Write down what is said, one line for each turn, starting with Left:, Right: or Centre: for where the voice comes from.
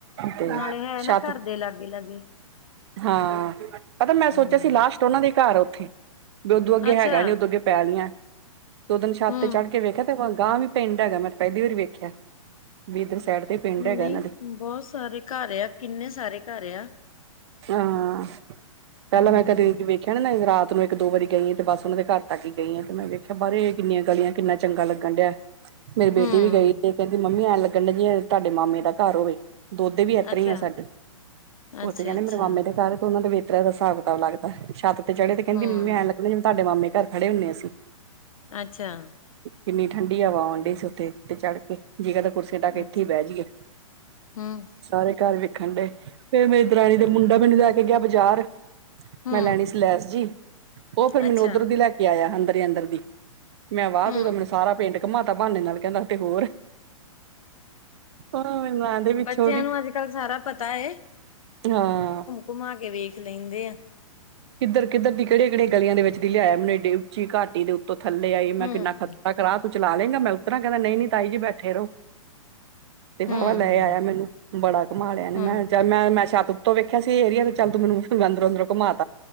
Right: ਤੇ
Left: ਨਾਲੇ ਹੈ
Right: ਛੱਤ
Left: ਨਾ, ਘਰ ਦੇ ਲੱਗ ਮਿਲਾਂਗੀ।
Right: ਹਾਂ, ਪਤਾ ਮੈਂ ਸੋਚਿਆ
Left: ਹਮ
Right: ਸੀ। ਲਾਸਟ ਇੱਕ ਤੇ ਉਹਨਾਂ ਦੇ ਘਰ ਉੱਥੇ ਵੀ, ਵੇ ਉਦੋਂ ਅੱਗੇ
Left: ਅੱਛਾ
Right: ਹੈਗਾ ਨੀ, ਉਦੋਂ ਅੱਗੇ ਪੈਲੀਆਂ ਐ। 'ਤੇ ਉਦਣ ਛੱਤ
Left: ਹਮ
Right: ਤੇ ਚੜ ਕੇ ਵੇਖਿਆ। 'ਤੇ ਗਾਂਹ ਵੀ ਪਿੰਡ ਹੈਗਾ, ਮੈਂ ਤੇ ਪਹਿਲੀ ਵਾਰੀ ਵੇਖਿਆ। ਬੀ ਇਧਰ ਸਾਈਡ ਤੇ ਪਿੰਡ
Left: ਨਹੀਂ,
Right: ਹੈਗਾ ਇਹਨਾਂ ਦੇ
Left: ਬਹੁਤ ਸਾਰੇ ਘਰ ਆ। ਕਿੰਨੇ ਸਾਰੇ ਘਰ ਆ।
Right: ਹਾਂ, ਪਹਿਲਾਂ
Left: ਹਮ
Right: ਮੈਂ ਕਦੀ ਵੇਖਿਆ ਨਹੀ ਰਾਤ ਤੇ ਮੈਂ ਇੱਕ-ਦੋ ਵਾਰੀ ਗਈ ਆ। ਤੇ ਬਸ ਉਹਨਾਂ ਦੇ ਘਰ ਤੱਕ ਹੀ ਗਈ ਆ। ਤੇ ਮੈਂ ਵੇਖਿਆ ਬਾਹਰ ਏ, ਇਹ ਕਿੰਨੀਆਂ, ਗਲੀਆਂ ਕਿੰਨਾ ਚੰਗਾ ਲੱਗਣ ਡਿਆ। ਮੇਰੀ ਬੇਟੀ
Left: ਹਮ
Right: ਵੀ ਗਈ, ਤੇ ਕਹਿੰਦੀ ਮੰਮੀ ਐ ਲੱਗਣ ਡੀਆ, ਜਿਵੇਂ ਤੁਹਾਡੇ ਮਾਮੇ ਦਾ ਘਰ ਹੋਵੇ। ਦੋਤੇ ਵੀ ਇਤਰਾ
Left: ਅੱਛਾ
Right: ਹੀ ਆ, ਸਾਡੇ
Left: ਅੱਛਾ
Right: ਉੱਥੇ ਜਾਣੇ
Left: ਅੱਛਾ
Right: ਮਾਮੇ ਦੇ ਘਰ ਤੇ ਉਹਨਾਂ ਦਾ ਵੇਤਰਾ ਦਾ ਸਾਬ। ਪਤਾ ਲਗਦਾ, ਛੱਤ ਤੇ ਚੜੇ ਤੇ ਕਹਿੰਦੀ
Left: ਹਮ
Right: ਮੰਮੀ ਐਂ ਲਗਦਾ, ਜਿਵੇਂ ਤੁਹਾਡੇ ਮਾਮੇ ਘਰ ਖੜੇ ਹੁੰਨੇ ਆ ਅਸੀਂ।
Left: ਅੱਛਾ।
Right: ਕਿੰਨੀ ਠੰਡੀ ਹਵਾ
Left: ਹਮ
Right: ਆਉਂਡੀਈ ਸੀ। ਉੱਥੇ ਤੇ ਚੜ੍ਹ ਕੇ ਜੀ ਕਰਦਾ, ਕੁਰਸੀਆਂ
Left: ਅੱਛਾ
Right: ਢਾਹ ਕੇ ਇੱਥੇ ਹੀ ਬਹਿ ਜਾਈਏ।
Left: ਹਮ
Right: ਸਾਰੇ ਘਰ ਵੀ। ਖੰਡੇ ਫੇਰ ਮੇਰੀ ਦਰਾਣੀ
Left: ਅੱਛਾ
Right: ਦਾ ਮੁੰਡਾ ਮੈਨੂੰ ਲੈ ਕੇ ਗਿਆ। ਬਾਜ਼ਾਰ
Left: ਹਮ
Right: ਮੈਂ ਲੈਣੀ ਸੀ ਲੈਸ ਜੀ ਓ ਫਿਰ ਮੈਨੂੰ
Left: ਅੱਛਾ
Right: ਉੱਧਰੋ ਦੀ ਲੈ ਕੇ ਆਇਆ। ਅੰਦਰ ਹੀ ਅੰਦਰ ਦੀ ਮੈਂ ਵਾਹ
Left: ਹਮ
Right: ਤੂੰ ਤਾਂ ਮੈਨੂੰ ਸਾਰਾ ਪਿੰਡ ਕੁਮਾਤਾ ਬਾਨੇ ਨਾਲ ਕਹਿੰਦਾ 'ਤੇ ਹੋਰ ਹਾਂ ਮੈਨੂੰ ਨਾਂ ਦੇ ਪਿੱਛੋਂ
Left: ਬੱਚੇਆਂ
Right: ਦੀ
Left: ਨੂੰ ਅੱਜ-ਕੱਲ ਸਾਰਾ ਪਤਾ ਏ
Right: ਹਾਂ
Left: ਘੁੰਮਾ ਕੇ ਵੇਖ ਲੈਂਦੇ ਆ
Right: ਕਿੱਧਰ-ਕਿੱਧਰ ਦੀ, ਕਿਹੜੀਆਂ-ਕਿਹੜੀਆਂ ਗਲੀਆਂ ਦੇ ਵਿੱਚ ਦੀ ਲਿਆਇਆ ਮੈਨੂੰ ਇਡੀ ਉੱਚੀ ਘਾਟੀ ਦੇ ਉੱਤੋਂ ਥੱਲੇ ਆਈ।
Left: ਹਮ
Right: ਮੈਂ ਕਿੰਨਾ ਖ਼ਤਰਾ ਰਾਹ ਤੂੰ ਚਲਾ ਲੇਗਾ, ਮੈਂ ਉਤਰਾਂ ਕਹਿੰਦਾ ਨਈ-ਨਈ ਤਾਈ ਜੀ ਬੈਠੇ ਰਹੋ। ਤੇ
Left: ਹਮ
Right: ਵਾਵਾ ਲੈ ਆਇਆ। ਮੈਨੂੰ ਬੜਾ ਘੁੰਮਾ ਲਿਆ ਇੰਨੇ
Left: ਹਮ
Right: ਮੈਂ ਕਿਹਾ ਚੱਲ। ਮੈਂ, ਮੈਂ ਛਤ ਉੱਤੋਂ ਵੇਖਿਆ ਸੀ, ਏਰੀਆ 'ਤੇ ਚੱਲ ਤੂੰ ਮੈਨੂੰ ਅੰਦਰੋ- ਅੰਦਰੋ ਘੁੰਮਾ ਤਾ